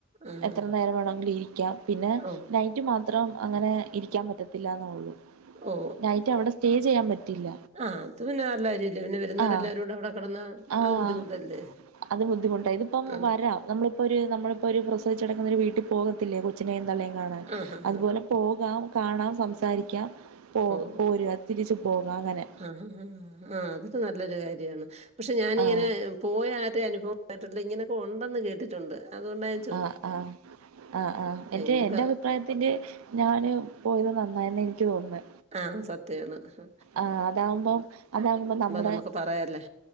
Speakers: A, on the right; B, on the right.
A: ആ ഹാ
B: എത്ര നേരം വേണമെങ്കിൽ ഇരിക്കാം. പിന്നെ
A: ഓ
B: നൈറ്റ് മാത്രം അങ്ങനെ ഇരിക്കാൻ പറ്റത്തില്ല എന്നേയുള്ളൂ.
A: ഓ
B: നൈറ്റ്‌ അവിടെ സ്റ്റേ ചെയ്യാൻ പറ്റില്ല.
A: ആഹ് അത് പിന്നെ നല്ല കാര്യല്ലേ പിന്നെ വരുന്നൊരല്ലാരൂടി
B: ആഹ്
A: അവിടെ കിടന്നാ
B: ആഹ്
A: അത് ബുദ്ധിമുട്ടല്ലേ
B: അത് ബുദ്ധിമുട്ടായി ഇതിപ്പോ
A: ആ
B: വരാം നമ്മള്. ഇപ്പൊരു നമ്മളിപ്പോ ഒരു പ്രസവിച്ചു കിടക്കുന്ന ഒരു വീട്ടിൽ പോകത്തില്ലേ, കൊച്ചിനെയും തള്ളയും കാണാൻ.
A: ആ ഹാ
B: അതുപോലെ
A: ഹാ
B: പോകാം കാണാം സംസാരിക്കാം പോ
A: ഓ
B: പോരുക, തിരിച്ചു പോകാം അങ്ങനെ.
A: ആഹ് ആഹ് അതൊക്കെ നല്ലൊരു കാര്യമാണ് പക്ഷെ ഞാനിങ്ങനെ
B: ആഹ്
A: പോയാ ആരേ അനുഭവം കേട്ടിട്ടില്ല, ഇങ്ങനൊക്കെ ഉണ്ടെന്ന് കേട്ടിട്ടുണ്ട് അതുകൊണ്ടായി.
B: ആഹ് ആഹ് ആഹ് ആഹ് എന്റെ
A: ഇനിയിപ്പ
B: എന്റെ അഭിപ്രായത്തിന്റെ. ഞാന് പോയത് നന്നായെന്ന് എനിക്ക് തോന്നുന്നു.
A: ആഹ് സത്യമാണ്.
B: ആഹ് അതാവുമ്പോ അതാവുമ്പോ നമ്മടെ,
A: നമുക്ക് പറയാല്ലേ